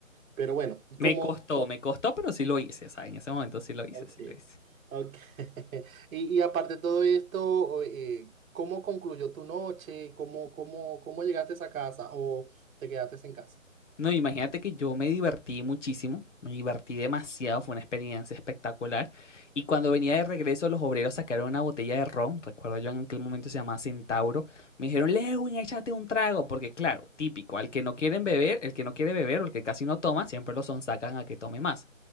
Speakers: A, on the right (about 80°); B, on the left (about 60°).
A: Pero bueno,
B: Me
A: como...
B: costó, me costó, pero sí lo hice, ¿sabes? En ese momento sí lo hice,
A: Ok,
B: sí lo hice.
A: ok. <laughs> Y, y aparte de todo esto, o- eh, ¿cómo concluyó tu noche? ¿Cómo, cómo, cómo llegaste a esa casa o te quedaste en casa?
B: No, imagínate que yo me divertí muchísimo, me divertí demasiado, fue una experiencia espectacular. Y cuando venía de regreso, los obreros sacaron una botella de ron, recuerdo yo en aquel momento se llamaba Centauro, me dijeron, Lewin, échate un trago, porque claro, típico, al que no quieren beber, el que no quiere beber o el que casi no toma, siempre lo sonsacan a que tome más.